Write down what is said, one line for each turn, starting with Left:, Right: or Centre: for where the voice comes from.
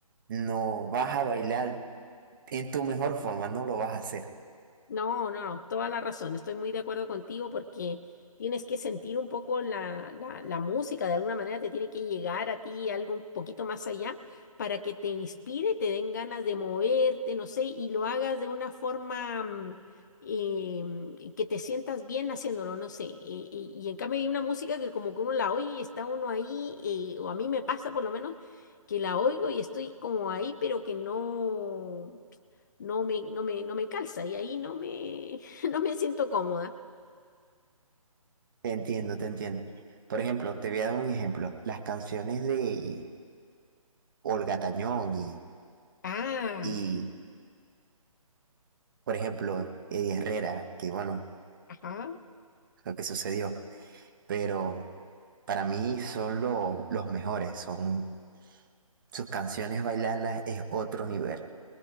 Right: no vas a bailar en tu mejor forma, no lo vas a hacer.
Left: No, no, no, toda la razón. Estoy muy de acuerdo contigo porque tienes que sentir un poco la, la, la música, de alguna manera te tiene que llegar a ti algo un poquito más allá para que te inspire, te den ganas de moverte, no sé, y lo hagas de una forma mm, eh, mm, que te sientas bien haciéndolo, no sé. Y, y- y en cambio hay una música que como que uno la oye y está uno ahí, eh, o a mí me pasa por lo menos que la oigo y estoy como ahí, pero que no no me, no me, no me calza y ahí no me, <laughs> no me siento cómoda.
Right: Te entiendo, te entiendo. Por ejemplo, te voy a dar un ejemplo. Las canciones de Olga Tañón y,
Left: Ah,
Right: y, por ejemplo, Eddie Herrera, que bueno,
Left: ajá.
Right: lo que sucedió. pero para mí son lo- los mejores, son sus canciones bailarlas es otro nivel.